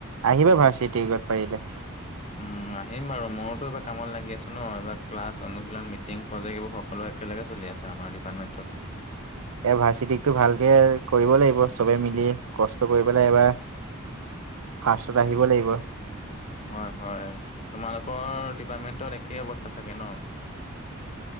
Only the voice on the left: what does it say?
উম, আহিম বাৰু, মোৰোতো এটা কামত লাগি আছো ন, এবাৰ ক্লাছ অনুশীলন মিটিং প্ৰজেক্ট এইবোৰ সংৰক্ষণে চলি আছে, আমাৰ ডিাৰ্টমেণ্টত।
হয় হয়, তোমালোকৰ ডিপাৰ্টমেণ্টত একেই অৱস্থা চাগে ন?